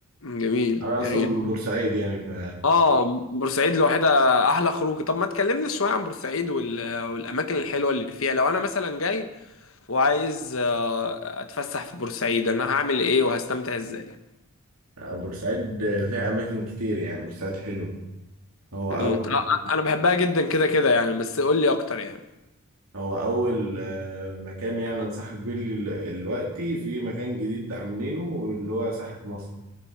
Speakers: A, on the left; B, on the right.
A: جميل
B: أنا أصلا
A: جميل
B: من بورسعيد يعني ف
A: اه بورسعيد لوحدها احلى خروج طب ما تكلمنا شوية عن بورسعيد وال- والاماكن الحلوة اللي فيها لو انا مثلا جاي وعايز آه، اتفسح في بورسعيد انا هعمل ايه وهستمتع ازاي؟
B: آه، بورسعيد فيها أماكن كتير يعني بورسعيد حلو هو
A: مم.
B: أول
A: آه، انا بحبها جدا كده كده يعني بس قول لي اكتر يعني
B: هو أول آه، مكان يعني أنصحك بيه دلوقتي في مكان جديد عاملينه اللي هو ساحة مصر